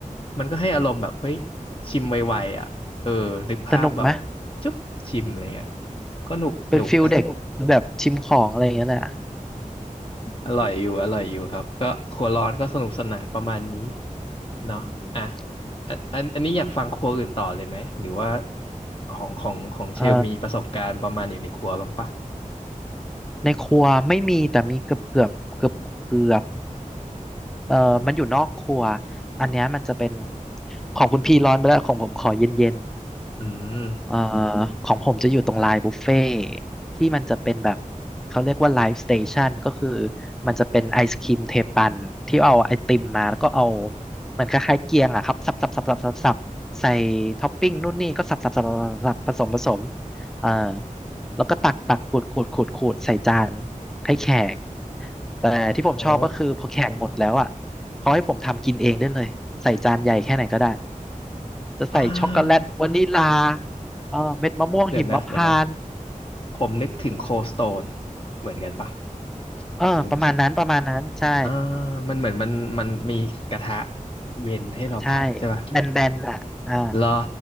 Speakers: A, on the left; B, in the centre.
A: มันก็ให้อารมณ์แบบเฮ้ยชิมไวๆอ่ะเออนึกภาพแบบ
B: สนุกไหม
A: จุ๊บชิมอะไรเงี้ยก็หนุกหนุก
B: เป็นฟิลเด็กแบบชิมของอะไรอย่างเงี้ยแหละ
A: อร่อยอยู่อร่อยอยู่ครับก็ครัวร้อนก็สนุกสนานประมาณนี้เนาะอ่ะ
B: อืม
A: อันอันอันนี้อยากฟังครัวอื่นต่อเลยไหมหรือว่าของของของเชลมีประสบการณ์ประมาณอยู่ในครัวบ้างปะ
B: เอ่อในครัวไม่มีแต่มีเกือบเกือบเกือบเกือบเอ่อมันอยู่นอกครัวอันเนี้ยมันจะเป็นของคุณพี่ร้อนไปแล้วของผมขอเย็นเย็น
A: อืม
B: เอ่อของผมจะอยู่ตรงไลน์บุฟเฟ่ที่มันจะเป็นแบบเขาเรียกว่าไลฟ์สเตชันก็คือมันจะเป็นไอศครีมเทปันที่เอาไอติมมาแล้วก็เอาเหมือนคล้ายๆเกียงอะครับสับสับสับสับสับสับใส่ท็อปปิ้งนู่นนี่ก็สับสับสับสับสับผสมผสมเอ่อแล้วก็ตักตักขูดขูดขูดขูดใส่จานให้แขกแต่ที่ผมชอบก็คือพอแขกหมดแล้วอ่ะ
A: โอ้
B: เขาให้ผมทำกินเองได้เลยใส่จานใหญ่แค่ไหนก็ได้ จะใส่ช็อกโกแลตวานิลา
A: อ่า
B: เออเม็ดมะม่วงหิมพานต์
A: เดี๋ยวนะเดี๋ยวนะผมนึกถึงโคสโตนเหมือนกันปะ
B: เออประมาณนั้นประมาณนั้นใช่
A: หรือไม่ใช่อ่ามันเหมือนมันมันมีกระทะเย็นให้เราผัดใช่ปะ
B: ใช่แบนๆน่ะอ่า
A: เหรอ